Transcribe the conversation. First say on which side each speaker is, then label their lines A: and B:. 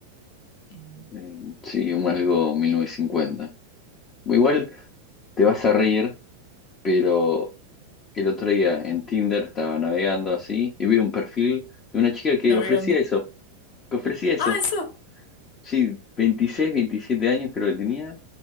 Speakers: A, on the left; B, on the left.
A: Eh,
B: Eh, sí, un algo 1950. Igual. Te vas a reír, pero el otro día en Tinder estaba navegando así y vi un perfil de una chica que
A: no,
B: ofrecía
A: mirando.
B: eso, que ofrecía eso.
A: Ah, eso.
B: Sí, 26, 27 años creo que tenía.